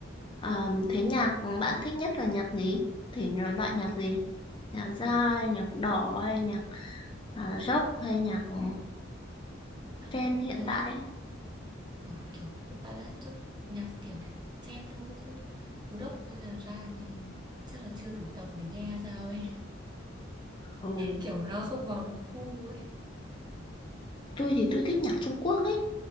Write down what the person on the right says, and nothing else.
Ừ,
Chắc
là pop
ballad
ờ, kiểu pop ballad chút nhạc kiểu chen thôi chứ rock với là ra thì chắc là chưa đủ tầm để nghe sao ấy
kiểu nó không vào đúng gu ấy